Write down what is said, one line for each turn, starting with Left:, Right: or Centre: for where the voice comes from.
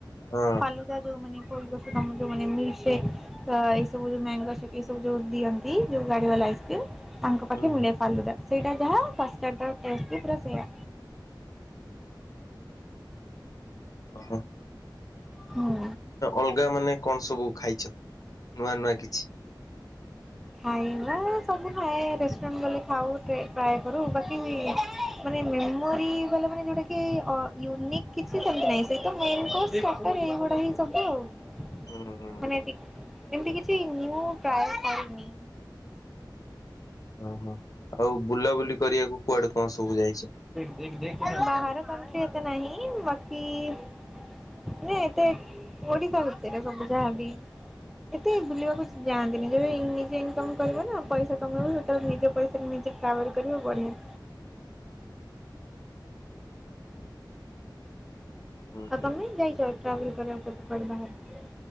Left: ହଁ।
Centre: ଫାଲୁଦା ଯୋଉ ମାନେ କରୁଛନ୍ତି କାମ ଯୋଉ ମାନେ ମିଲ୍‌କି ସେକ୍। ତ ଏଇ ସବୁ ଯୋଉ ମ୍ୟାଙ୍ଗ ଏଇ ସବୁ ଯୋଉ ଦିଅନ୍ତି ଯୋଉ ଗାଡି ବାଲା ଆଇସ୍କ୍ରି ତାଙ୍କ ପାଖେ
Left: ହଁ ହୁଁ
Centre: ମୁଲେଇ
Left: ହୁଁ
Centre: ଫାଲୁଦା ସେଇଟା ଯାହା ଫାଷ୍ଟାର୍ଡ଼ର ଟେଷ୍ଟ ବି ପୁରା ସେଇୟା।
Left: ହଁ
Centre: ହୁଁ।
Left: ଅଲଗା ମାନେ କଣ ସବୁ ଖାଇଛ ନୂଆ ନୂଆ କିଛି?
Centre: ଖାଇବା ସବୁ ଖାଏ ରେଷ୍ଟୁରାଣ୍ଟ ଗଲେ ଖାଉ ଟ୍ରାଏ କରୁ ବାକି ମାନେ ମେମୋରି ବା ମାନେ ଯୋଉଟା କି ୟୁନିକ୍ କିଛି ସେମତି ନାହିଁ ସେଇ ତ ମେନ କ ସତରେ ଏଗୁଡା ହି ସବୁ ଆଉ।
Left: ହୁଁ ହୁଁ
Centre: ମାନେ ଏମତି କିଛି ନିଉ ଟ୍ରାୟେ କରିନି।
Left: ଓହୋ ଆଉ ବୁଲାବୁଲି କରିବାକୁ କୁଆଡେ କଣ ସବୁ ଯାଇଛ?
Centre: ବାହାର କାଣ୍ଟ୍ରି ଏତେ ନାହିଁ ବାକି ନ ଏତେ ଓଡିଶା ଭିତରେ ସବୁ ଯାହାବି। ଏତେ ବୁଲିବାକୁ ଯାଆନ୍ତିନି ଯେବେ ନିଜେ ଇନକମ କରିବ ନା ପଇସା କମେଇବ ସେତେବେଳେ ନିଜ ପଇସାରେ ନିଜେ ଟ୍ରାଭେଲ କରିବ ବଢ଼ିଆ।
Left: ହୁଁ
Centre: ଆଉ
Left: ହୁଁ
Centre: ତମେ ଯାଇଛ ଟ୍ରାଭେଲ କରିବାକୁ କେବେ କୁଆଡେ ବାହାରେ?